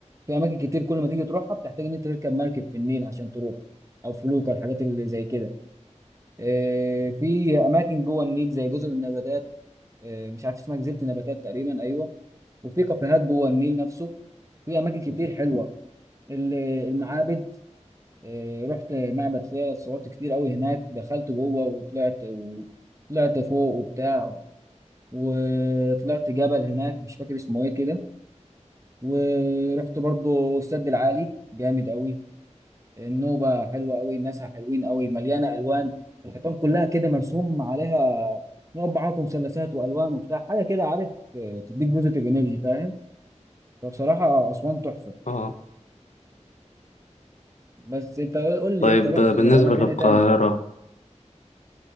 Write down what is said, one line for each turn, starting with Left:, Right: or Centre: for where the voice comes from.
Right: في أماكن كتير كل ما تيجي تروحها بتحتاج إن أنت تركب مركب في النيل عشان تروح أو فلوكة الحاجات اللي زي كده آه، في أماكن جوه النيل زي جزر النباتات آه، مش عارف اسمها جزيرة النباتات تقريبا أيوه وفي كافيهات جوه النيل نفسه في أماكن كتير حلوة ال- المعابد آه، رحت معبد فيلة صورت كتير قوي هناك دخلت جوه وطلعت و... طلعت فوق وبتاع وطلعت جبل هناك مش فاكر اسمه ايه كده ورحت برضو السد العالي جامد قوي النوبة حلوة قوي الناس حلوين قوي مليانة ألوان الحيطان كلها كده مرسوم عليها مربعات ومثلثات وألوان وبتاع حاجة كده عارف آه، تديك بوزيتيف انرجي فاهم فبصراحة أسوان تحفة
Left: اه
Right: بس أنت قول قول لي
Left: طيب
Right: أنت رحت
Left: بالنسبة
Right: أماكن
Left: للقاهرة
Right: إيه تاني؟